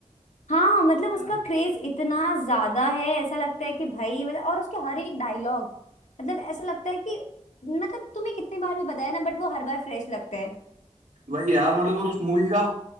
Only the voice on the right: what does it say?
यार
वही यार मतलब उस मूवी का